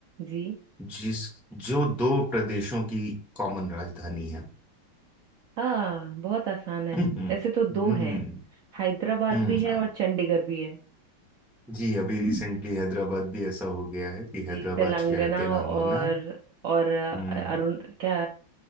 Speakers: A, on the right (about 80°); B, in the centre.
A: जी
B: जिस जो दो प्रदेशों की कॉमन राजधानी है
A: हाँ बहुत आसान है
B: हम्म
A: ऐसे तो दो
B: हम्म
A: हैं हैदराबाद
B: हम्म,
A: भी है
B: आ-
A: और चंडीगढ़ भी है
B: जी अभी रिसेंटली हैदराबाद भी ऐसा हो गया है कि
A: जी
B: हैदराबाद
A: तेलंगाना
B: शहर तेलंगाना
A: और और अ,
B: हम्म
A: अरुण क्या